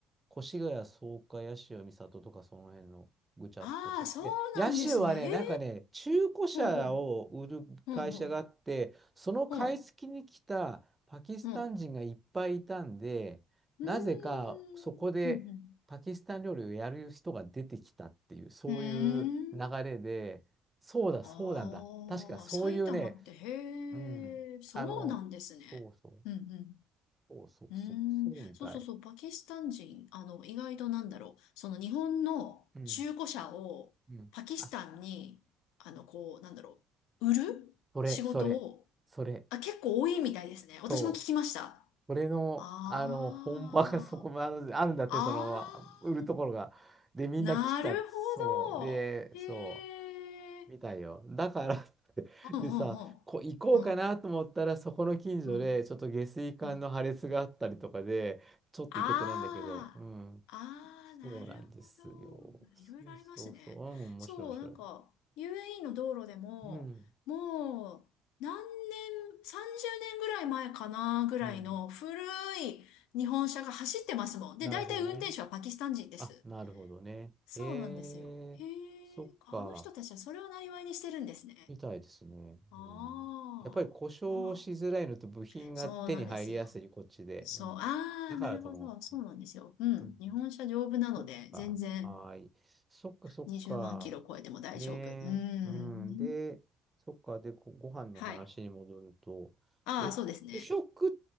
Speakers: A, on the right; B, on the left.
A: 越谷、草加、八潮、三郷とかその辺のぐちゃっとした。
B: ああ、そうなんですね。
A: で、八潮はね、
B: ええ。
A: なんかね、中古車を売る会社があって、
B: ほうほうほう。ほうほう。
A: その買い付けに来たパキスタン人がいっぱいいたんで、
B: ほう。ほううーん。
A: なぜかそこでパキスタン料理をやる人が出てきたっていう、
B: うんうん。
A: そういう流れで、
B: うーん。
A: そうだ、
B: ああ、
A: そうなんだ。確かそういうね、
B: 埼玉って、へえ、
A: うん、
B: そうなんですね。
A: あの、そうそう、
B: うんうん。
A: そうそうそう、
B: うーん。
A: そうみたい。
B: そうそうそう、パキスタン人、あの、意外となんだろう。その日本の中古車をパキスタンに、
A: うん、うん。あ
B: あの、こう、なんだろう。売る仕事を、
A: それ、それ、それ、
B: あ、結構多いみたいですね。私も聞きました。
A: そう、それの、
B: あ
A: あの、本場が <laughs> そこまであるんだって、
B: あ、あ
A: その、まあ売るところが。
B: あ。
A: で、みんな来ちゃって、
B: なる
A: そう、
B: ほど。
A: で、そ
B: へえ。
A: う、みたいよ。だからって、<laughs>
B: うんうんうん。
A: でさ、こ、行こうかなと思ったら、
B: うん
A: そこの近所で、
B: うん
A: ちょっと下水管の破裂があったりとかで、
B: うん。
A: ちょっと行けてないんだけど、
B: ああ。
A: うん、
B: ああ、なるほど。
A: そうなんですよ。
B: いろいろありますね。
A: そうそうそう、うん、面白い、
B: そう、
A: 面白い。
B: なんか、UAE の道路でも、
A: うん、
B: もう、何年、30年ぐらい前かな、ぐらいの古い日本車が走ってますもん。
A: うん、
B: で、
A: なるほどね。
B: 大体運転手はパキスタン人です。
A: あ、なるほどね。
B: そうなんですよ。
A: えー、
B: へ
A: そっか、
B: え。あの人たちはそれを生りにしてるんですね。
A: みたいですね。
B: ああ、
A: うん、やっぱり故障しづらいのと部品が手に入りやすい、
B: まあ、そうなんですよ。
A: こっちで。
B: そう、
A: うん、
B: ああ、
A: だからとも。
B: なるほど、そうなんですよ。うん、
A: うん
B: 日本車丈夫なので、
A: そっか。
B: 全然
A: はーい。そっか、そっか。
B: 20万キロ超えても大丈夫。
A: ええ、
B: うん、
A: うん。で、そっか。で、ご、ご飯の話に戻ると、
B: はい。ああ、
A: え、
B: そうですね。
A: 主食っ